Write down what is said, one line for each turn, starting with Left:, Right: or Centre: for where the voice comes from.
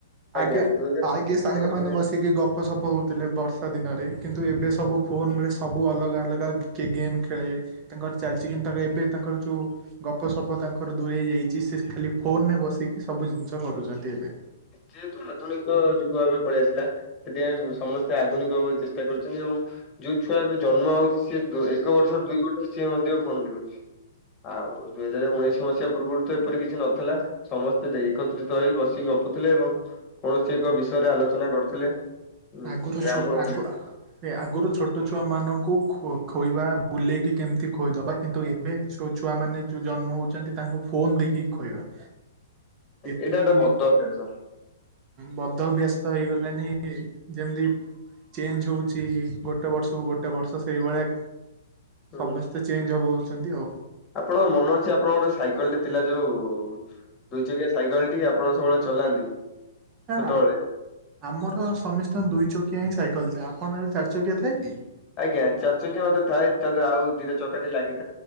Right: ଆଗେ
Left: ଆଜ୍ଞା ଦୁଇ ହଜାର
Right: ଆଗେ ସାଙ୍ଗମାନେ
Left: ଆଜ୍ଞା ଦୁଇ ହଜାର
Right: ବସିକି ଗପ। ଗପ ସପ ହଉଥିଲେ ବର୍ଷା ଦିନରେ କିନ୍ତୁ ଏବେ ସବୁ ଫୋନରେ ସବୁ ଅଲଗା ଅଲଗା କିଏ ଗେମ୍ ଖେଳେ। ତାଙ୍କର ଚାଲିଛି କିନ୍ତୁ ତାଙ୍କ ଏବେ ତାଙ୍କର ଯୋଉ ଗପ ସପ ତାଙ୍କର ଦୂରେଇ ଯାଇଛି ସେ ଖାଲି ଫୋନ ରେ ବସିକି ସବୁ ଜିନିଷ କଟୁଛନ୍ତି ଏବେ।
Left: ଯେହେତୁ ଆଧୁନିକ ଯୁଗ ଏବେ ପଳେଇଆସିଲା। ସେଥିପାଇଁ ଉଁ ସମସ୍ତେ ଆଧୁନିକ ହବାକୁ ଚେଷ୍ଟା କରୁଛନ୍ତି ଏବଂ। ଯୋଉ ଛୁଆ ଏବେ ଜନ୍ମ ହଉଛି ସିଏ ଦୁ ଏକ ବର୍ଷ ଦୁଇ ବର୍ଷ ସିଏ ମଧ୍ୟ ଫୋନ ଦେଖୁଛି। ଆଉ ଦୁଇ ହଜାର ଉଣେଇଶି ମସିହା ପୂର୍ବରୁ ତ ଏପରି କିଛି ନଥିଲା। ସମସ୍ତେ ଦେ ଏକତ୍ରିତ ହେଇ ବସିକି ଗ ପୁଥିଲେ ଏବଂ କୌଣସି ଏକ ବିଷୟରେ ଆଲୋଚନା କରୁଥିଲେ। ହୁଁ
Right: ଆଗରୁ
Left: ଗ୍ରାମ
Right: ଛୋ
Left: ଆଜ୍ଞା
Right: ଆଗୁଆ। ସେ ଆଗରୁ ଛୋଟ ଛୁଆମାନଙ୍କୁ ଖୋ-ଖୋଇବା ବୁଲେଇକି କେମିତି ଖୋଇଦବା କିନ୍ତୁ ଏବେ। ସବୁ ଛୁଆମାନେ ଯୋଉ ଜନ୍ମ ହଉଛନ୍ତି ତାଙ୍କୁ ଫୋନ ଦେଇକି ଖୋଏବା। ଏତିକି
Left: ଏଇଟା ଗୋଟେ
Right: ଉଁ
Left: ବଦ ଅଭ୍ୟାସ।
Right: ବଦ ବ୍ୟସ୍ତ ହେଇଗଲାଣିି। ଯେମିତି ଚେଞ୍ଜ ହଉଛି ଗୋଟେ ବର୍ଷକୁ ଗୋଟେ ବର୍ଷ ସେଇଭଳିଆ।
Left: ହୁଁ
Right: ସମସ୍ତେ ଚେଞ୍ଜ ହବ ହଉଛନ୍ତି ଆଉ।
Left: ଆପଣଙ୍କ ମନ ଅଛି ଆପଣଙ୍କ ଗୋଟେ ସାଇକେଲ ଟେ ଥିଲା ଯୋଉ ଦୁଇ ଚକିଆ ସାଇକେଲ ଟି ଆ ଆପଣ ସବୁବେଳେ ଚଲାନ୍ତି।
Right: ନା
Left: ଛୋଟବେଳେ।
Right: ଦୁଇ ଚକିଆ ହିଁ ସାଇକଲ୍ ଥାଏ, ଆପଣ ଚାର୍ ଚକିଆ ଥାଏ କି?
Left: <inaudible>